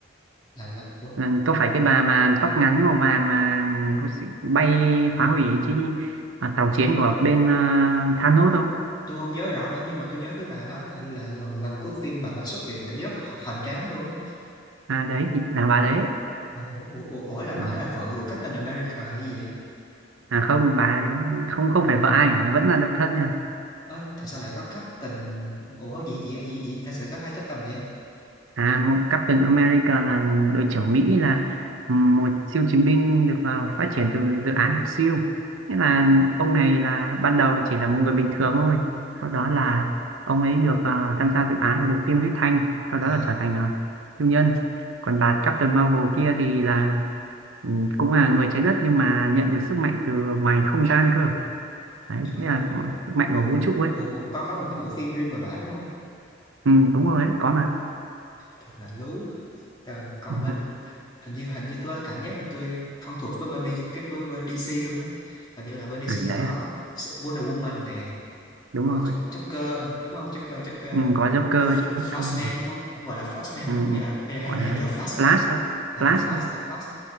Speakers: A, on the left (about 20°); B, on the right (about 85°).
A: là là ủa?
B: Ừ, có phải cái bà mà tóc ngắn màu vàng mà có sự bay phá hủy chi à, tàu chiến của bên à, Thanos không?
A: tôi không nhớ rõ nữa nhưng mà tôi nhớ cái bà đó là là lần lần cuối phim bà bà xuất hiện kiểu rất hoành tráng luôn á
B: À đấy, là bà đấy.
A: ủa, ủa, ủa là bà
B: Ừ.
A: là vợ của Captain America hay gì vậy
B: À không, bà ấy không không phải vợ ai hả? Vẫn là độc thân nha.
A: Ơ, tại sao lại có Captain ủa gì gì gì gì tại sao lại có hai Captain vậy
B: À, một Captain America là đội trưởng Mỹ là một siêu chiến binh được vào phát triển từ dự án của siêu. Nghĩa là ông này là ban đầu chỉ là một người bình thường thôi. Sau đó là ông ấy được ờ, tham gia dự án và được tiêm huyết thanh. Sau
A: à
B: đó là trở thành ờ, siêu nhân. Còn bà Captain Marvel kia thì là ừ, cũng là người trái đất nhưng mà nhận được sức mạnh từ ngoài không gian cơ. Đấy,
A: trời
B: nghĩa
A: ơi
B: là
A: biết-
B: cũng- sức mạnh
A: ủa,
B: của vũ trụ ấy.
A: ủa, ủa, có có một cái bộ phim riêng về bà đúng không
B: Ừ, đúng rồi ấy, có mà.
A: thật là lú Tờ, còn
B: <laughs>
A: bên hình như hình như tôi cảm giác là tôi thân thuộc với bên B- cái với bên DC hơn á hình như là bên DC
B: À,
A: là
B: đấy
A: có
B: à,
A: Wonder Woman nè
B: đúng
A: rồi
B: rồi.
A: Ch- Joker đúng không Joker Joker
B: ừ, có Joker
A: Fl-
B: Joker
A: Flashman
B: này
A: đúng không ông gọi là Flashman
B: ừ,
A: đúng không hay
B: ừ.
A: là hay hay,
B: gọi
A: hay
B: là
A: là The Flash
B: Flash
A: à,
B: thôi
A: à,
B: Flash
A: The Flash
B: thôi
A: The Flash